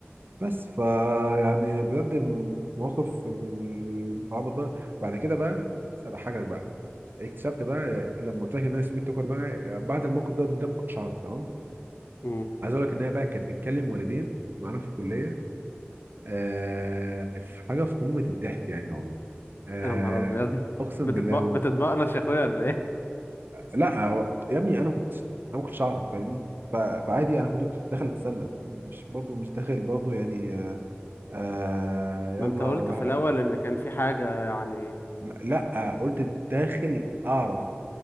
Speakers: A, on the right; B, on the left.
A: بس فا يعني بجد م- موقف العبط ده بعد كده بقى اضحكك بقى اكتشفت بقى لما قلت لك ان هي سويت توكر بقى بعد الموقف ده ده ما كنتش اعرف تمام
B: مم.
A: عايز اقول لك ان هي بقى كانت بتكلم والدين معانا في الكليه آه في حاجه في قمه الضحك يعني والله آه
B: يا نهار ابيض
A: اقسم
B: بتتبق
A: بالله و...
B: بتتبقلش يا اخويا ولا ايه
A: لا هو- يا ابني انا ما كنتش انا ما كنتش اعرف فاهمني ف- فعادي انا كنت داخل اتسلى مش برضو مش داخل برضو يعني آه آه، يلا
B: ما انت قلت في الاول ان كان في حاجه يعني
A: لا, لأ قلت داخل اعرف